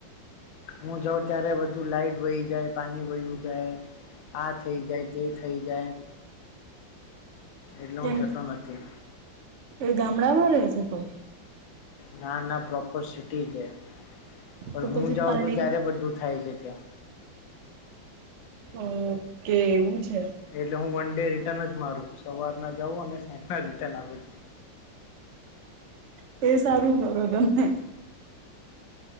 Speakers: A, on the left; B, on the right.
A: હું જાઉં ત્યારે બધુ લાઈટ વહી જાય, પાણી વયું જાય, આ થઈ જાય તે થઈ જાય એટલા
B: કેમ
A: હુ જતો નથી.
B: એ ગામડા માં રહે છે કો
A: ના ના પ્રોપર સિટી છે પણ
B: તો પછી
A: હું જાઉં
B: પાણી
A: છું ત્યારે બધું થાય છે ત્યાં
B: ઓકે એવું છે..
A: એટલે હું વન ડે રિટર્ન જ મારું સવારના જાઉં અને સાંજ ના રિટર્ન આવે
B: તે સારું કરો તમે